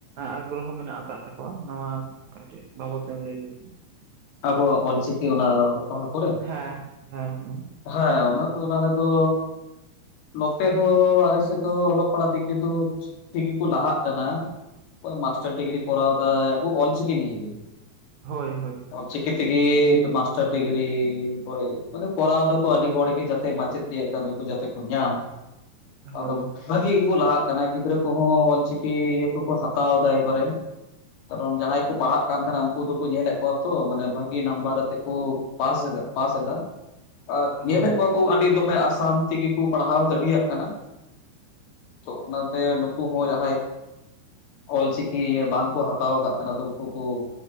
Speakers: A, on the right; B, on the left.
A: ᱟᱜᱨᱚᱦᱚ ᱢᱮᱱᱟᱜ ᱟᱠᱟᱫ ᱛᱟᱠᱚᱣᱟ ᱱᱚᱣᱟ ᱠᱟᱹᱴᱤᱡ ᱵᱟᱵᱚᱫ ᱛᱮᱢ ᱞᱟᱹᱭ ᱞᱮᱠᱷᱟᱱᱼᱼ
B: ᱟᱵᱚᱣᱟᱜ ᱚᱞ ᱪᱤᱠᱤ ᱚᱱᱟ ᱯᱟᱲᱦᱟᱣ ᱯᱚᱨᱮ᱾
A: ᱦᱮᱸ, ᱦᱮᱸ-ᱦᱮᱸ᱾
B: ᱦᱮᱸ ᱚᱱᱟ ᱫᱚ ᱚᱱᱟ ᱨᱮᱫᱚᱼᱼ ᱱᱚᱛᱮ ᱦᱚᱸ ᱟᱞᱮᱥᱮᱫ ᱫᱚ ᱚᱞᱚᱜ ᱯᱟᱲᱦᱟᱜ ᱫᱤᱠ ᱫᱤᱭᱟᱹ ᱫᱚ ᱴᱷᱤᱠ ᱜᱮᱠᱚ ᱞᱟᱦᱟᱜ ᱠᱟᱱᱟ᱾ ᱚᱠᱚᱭ ᱢᱟᱥᱴᱟᱨ ᱰᱤᱜᱽᱨᱤ ᱠᱚᱨᱟᱣ ᱫᱟᱭ ᱟᱵᱚ ᱚᱞᱪᱤ ᱱᱤᱭᱟ ᱜᱤ᱾
A: ᱦᱳᱭ -ᱦᱳᱭ᱾
B: ᱚᱞ ᱪᱤᱠᱤ ᱛᱤᱜᱤ ᱫᱚ ᱢᱟᱥᱴᱟᱨ ᱰᱤᱜᱽᱨᱤ ᱠᱚᱭ ᱢᱟᱱᱮ ᱼᱼ ᱠᱚᱨᱟᱣ ᱮᱫᱟᱠᱚ ᱟᱹᱰᱤ ᱦᱚᱲᱜᱮ ᱡᱟᱛᱮ ᱢᱟᱪᱮᱫ ᱨᱮᱭᱟᱜ ᱠᱟᱹᱢᱤ ᱠᱚ ᱡᱟᱛᱮ ᱠᱚ ᱧᱟᱢ,
A: ᱦᱳᱭ
B: ᱟᱫᱚᱼᱼ ᱵᱷᱟᱹᱜᱤ ᱜᱮᱠᱚ ᱞᱟᱦᱟᱜ ᱠᱟᱱᱟ ᱜᱤᱫᱽᱨᱟᱹ ᱠᱚᱦᱚᱸ ᱚᱞ ᱪᱤᱠᱤ ᱤᱭᱟᱹ ᱠᱚᱠᱚ ᱦᱟᱛᱟᱣ ᱮᱫᱟ ᱮᱵᱟᱨᱮᱼᱼ ᱠᱟᱨᱚᱱ ᱡᱟᱦᱟᱸᱭ ᱠᱚ ᱯᱟᱲᱦᱟᱜ ᱠᱟᱱ ᱛᱟᱦᱮᱸᱱᱟ ᱩᱱᱠᱩ ᱫᱚᱠᱚ ᱧᱮᱞᱮᱫ ᱠᱚᱣᱟ ᱛᱚ ᱢᱟᱱᱮ ᱵᱷᱟᱹᱜᱤ ᱱᱟᱢᱵᱟᱨ ᱟᱛᱮᱫ ᱠᱚᱼᱼ ᱯᱟᱥ ᱮᱫᱟ ᱯᱟᱥ ᱮᱫᱟ᱾ ᱟᱨ ᱧᱮᱞᱮᱫ
A: ᱦᱳᱭ
B: ᱠᱚᱣᱟ ᱠᱚ ᱟᱹᱰᱤ ᱫᱚᱢᱮ ᱟᱥᱟᱱ ᱛᱤᱜᱤ ᱠᱚ ᱯᱟᱲᱦᱟᱣ ᱫᱟᱲᱤᱭᱟᱜ ᱠᱟᱱᱟ᱾ ᱛᱚ ᱚᱱᱟᱛᱮ ᱱᱩᱠᱩ ᱦᱚᱸ ᱡᱟᱦᱟᱸᱭᱼᱼ ᱚᱞ ᱪᱤᱠᱤ ᱤᱭᱟᱹ ᱵᱟᱝᱠᱚ ᱦᱟᱛᱟᱣᱟᱠᱟᱫ ᱛᱟᱦᱮᱸ ᱫᱚ ᱩᱱᱠᱩ ᱠᱩᱼᱼ